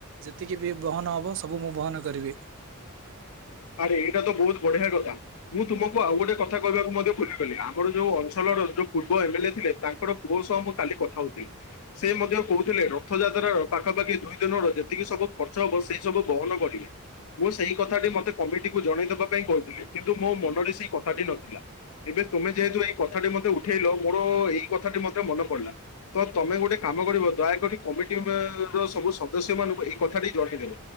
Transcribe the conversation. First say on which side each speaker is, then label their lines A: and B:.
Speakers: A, on the right; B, on the left.
A: ଯେତିକି ବି ବହନ ହବ ସବୁ ମୁଁ ବହନ କରିବି।
B: <inaudible> ଆରେ ଏଇଟା ତ ବହୁତ ବଢିଆ କଥା। ମୁଁ ତୁମକୁ ଆଉ ଗୋଟେ କଥା କହିବାକୁ ମଧ୍ୟ ଭୁଲି ଗଲି। ଆମର ଯୋଉ ଅଞ୍ଛଳର ପୂର୍ବ ଏମଲ ଥିଲେ ତାଙ୍କର ପୁଅ ସହ ମୁଁ କାଲି କଥା ହଉଥିଲି ସେ ମଧ୍ୟ କହୁଥିଲେ ରଥଯାତ୍ରାର ପାଖାପାଖି ଦୁଇ ଦିନର ଯେତିକି ସବୁ ଖର୍ଚ୍ଚ ହବ ସେଇ ସବୁ ବହନ କରିବେ ମୁଁ ସେଇ କଥା ଟି ମତେ କମିଟିକୁ ଜଣେଇଦବା ପାଇଁ କହିଥିଲେ କିନ୍ତୁ ମୋ ମନରେ ସେଇ କଥାଟି ନଥିଲା। ଏବେ ତୁମେ ଯେହେତୁ ଏଇ କଥା ମତେ ଉଠେଇଲ ମୋର ଏଇ କଥାଟି ମଧ୍ୟ ମୋର ମନେ ପଡିଲା ତ ତମେ ଗୋଟେ କାମ କାମ କରିବ ଦୟାକରି କମିଟି ର ସବୁ ସଦସ୍ୟ ମାନଙ୍କୁ ଏଇ କଥା ଜଣେଇଦେବ